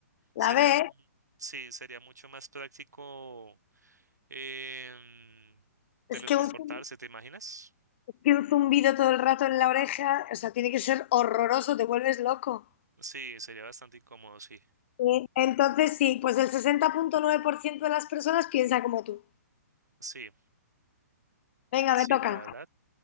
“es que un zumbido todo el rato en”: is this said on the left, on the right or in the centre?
Left